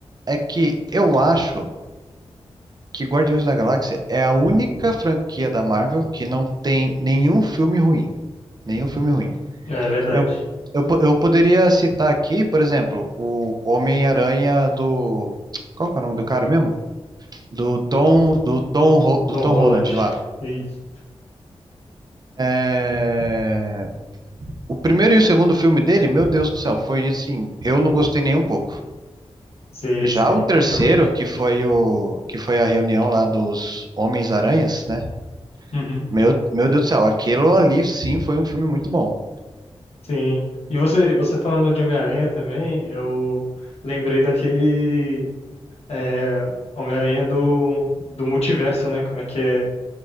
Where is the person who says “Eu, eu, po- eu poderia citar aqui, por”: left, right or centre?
Right